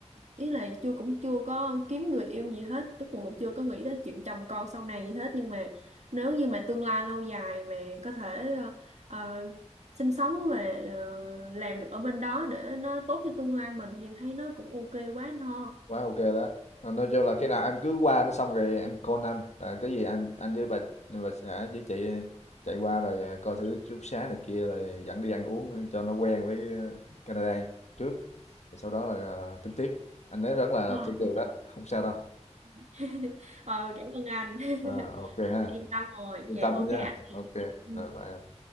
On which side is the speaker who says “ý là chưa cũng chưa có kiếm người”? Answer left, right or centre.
Right